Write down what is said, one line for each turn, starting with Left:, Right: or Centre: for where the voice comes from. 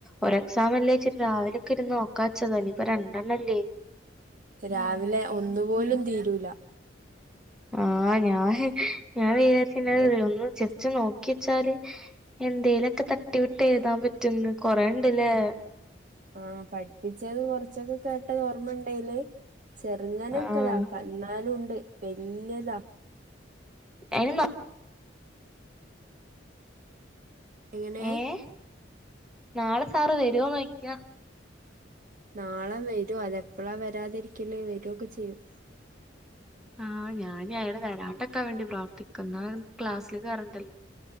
Centre: ഒരെക്സാം അല്ലേ ഇച്ചിരി രാവിലെ ഒക്കെ ഇരുന്ന് നോക്കാച്ചതാ ഇനിയിപ്പോ രണ്ടെണ്ണം അല്ലേ
Right: രാവിലെ ഒന്നു പോലും തീരൂല
Centre: ആഹ് ഞാൻ ഞാൻ വിചാരിച്ച് ഇന്നലെ ഒന്ന് ജെസ്റ്റ് നോ ക്കി വെച്ചാല് എന്തേലൊക്കെ തട്ടി വിട്ട് എഴുതാം പറ്റുന്ന് കൊറേയുണ്ടല്ലേ
Right: ആഹ് പഠിപ്പിച്ചത് കൊറച്ചൊക്കെ കേട്ടത് ഓർമ്മയുണ്ടേല് ചെറുങ്ങനൊക്കെ
Centre: ആഹ്
Right: ഇതാക്കാം എന്നാലുണ്ട് വല്ല്യതാ
Centre: അയിന് നമ്മ
Right: എങ്ങനേ
Centre: ഏഹ് നാളെ സാറ് വരുവോ നോക്കിയ
Right: നാളെ വരും അതെപ്പളാ വരാതിരിക്കല് വരും ഒക്കെ ചെയ്യും
Centre: ആഹ് ഞാന് അയാള് വരാണ്ടക്കാ വേണ്ടി പ്രാർത്ഥിക്കുന്നേ എന്നാ ക്ലാസ്സില് കേറണ്ടല്ലോ